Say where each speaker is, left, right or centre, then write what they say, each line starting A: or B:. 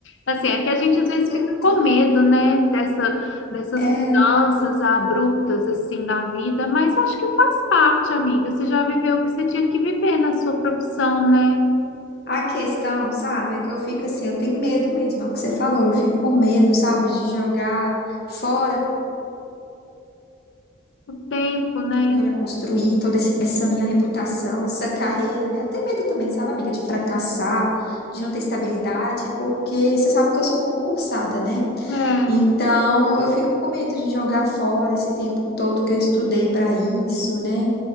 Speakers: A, on the left; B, on the left.
A: Assim, é que a gente às vezes
B: Então,
A: fica com medo, né, dessa, dessas
B: é,
A: mudanças abruptas, assim, da vida, mas acho que faz parte, amiga. Você já viveu o que você tinha que viver na sua profissão, né?
B: a questão, sabe, é que eu fico assim, eu tenho medo mesmo, é o que você falou, eu fico com medo, sabe, de jogar fora
A: O tempo, né?
B: tudo que eu já construí, toda esse- essa minha reputação, essa carreira, né? Eu tenho medo também, sabe, amiga, de fracassar, de não ter estabilidade, porque você sabe que eu sou concursada, né?
A: É.
B: Então, eu fico com medo de jogar fora esse tempo todo que eu estudei para isso, né?